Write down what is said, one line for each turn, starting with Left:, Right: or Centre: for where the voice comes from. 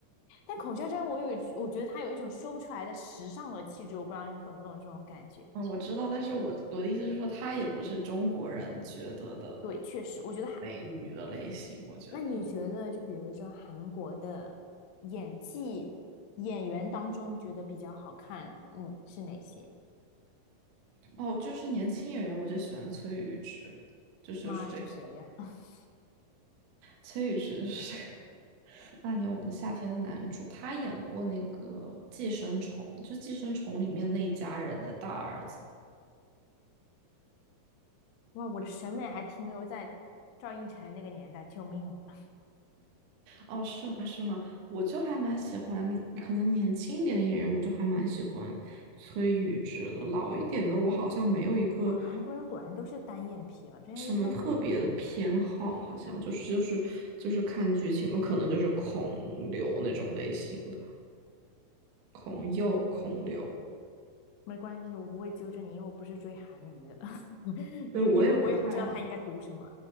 Left: 但孔孝真我有我觉得她有一种说不出来的时尚的气质，我不知道你懂不懂这种感觉。
Right: 啊，我知道，但是我我的意思是说，她也不是中国人觉得的
Left: 对，确实，我觉得
Right: 美女的类型。我觉得
Left: 那你觉得就比如说韩国的演技演员当中，你觉得比较好看，嗯，是哪些？
Right: 哦，就是年轻演员，我就喜欢崔宇植，就是就是这个。
Left: 妈呀，这谁呀、<laughs>
Right: 崔宇植就是这个那年我们的夏天的男主，他演过那个《寄生虫》，就《寄生虫》里面那一家人的大儿子。
Left: 哇，我的审美还停留在赵寅成那个年代，救命啊！
Right: 哦，是吗？是吗？我就还蛮喜欢，可能年轻一点的演员，我就还蛮喜欢崔宇植的。老一点的，我好像没有一个
Left: 哇，韩国人果然都是单眼皮啊，这样一看就是
Right: 什么特别的偏好，好像就是就是就是看剧情嘛，可能就是孔刘那种类型的，孔侑、孔刘。
Left: 没关系，我不会纠正你，因为我不是追韩语的，<laughs> 因为因为我也不知道它应该读什么。
Right: 对，我也不太